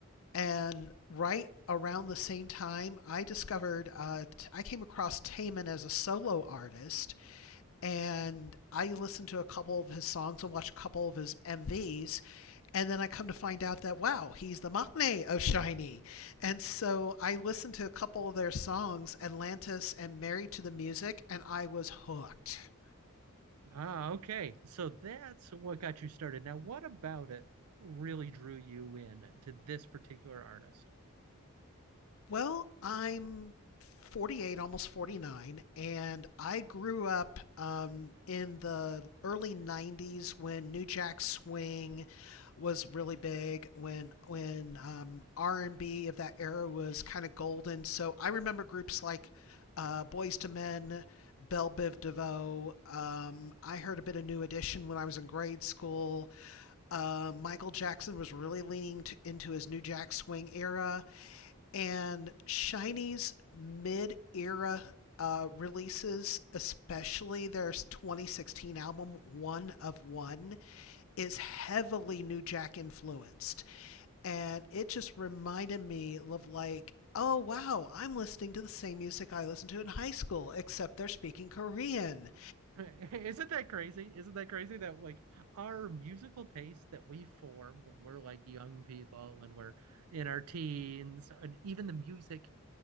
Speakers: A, on the left; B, on the right.
A: and right around the same time, I discovered uh, t- I came across Taman as a solo artist and I listened to a couple of his songs and watched a couple of his MVs. And then I come to find out that, wow, he's the Machne of Shiny. And so I listened to a couple of their songs, Atlantis and Married to the Music, and I was hooked.
B: Ah, okay. So that's what got you started. Now, what about it really drew you in to this particular artist?
A: Well, I'm 48, almost 49, and I grew up um, in the early 90s when New Jack Swing was really big, when when um, R&B of that era was kind of golden. So I remember groups like uh, Boys to Men, Belle Biv DeVoe. Um, I heard a bit of New Edition when I was in grade school. Uh, Michael Jackson was really leaning to, into his New Jack Swing era and Shiny's mid era uh, releases, especially their 2016 album One of One, is heavily New Jack influenced. And it just reminded me of like, oh wow, I'm listening to the same music I listened to in high school, except they're speaking Korean.
B: <laughs> Isn't that crazy? Isn't that crazy that like our musical taste that we form when we're like young people, when we're in our teens, and even the music